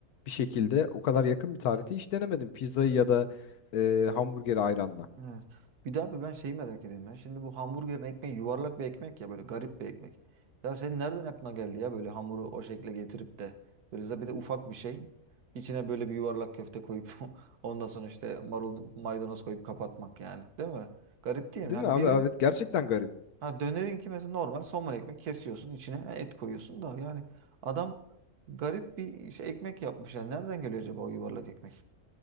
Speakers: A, on the left; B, on the right.
A: bir şekilde o kadar yakın bir tarihte hiç denemedim pizzayı ya da e, hamburgeri ayranla.
B: Evet. Bir daha bir ben şeyi merak ediyorum ya. Şimdi bu hamburgerin ekmeği yuvarlak bir ekmek ya böyle garip bir ekmek. Ya senin nereden aklına geldi ya böyle hamuru o şekle getirip de böyle de bir de ufak bir şey. İçine böyle bir yuvarlak köfte koyup <laughs> ondan sonra işte marul maydanoz koyup kapatmak yani. Değil mi? Garip değil
A: Değil
B: mi? Yani
A: mi abi?
B: bizim
A: Evet gerçekten garip.
B: ha dönerinki mesela normal somun ekmek kesiyorsun içine et koyuyorsun da yani adam garip bir şey, ekmek yapmış yani. Nereden geliyor acaba o yuvarlak ekmek?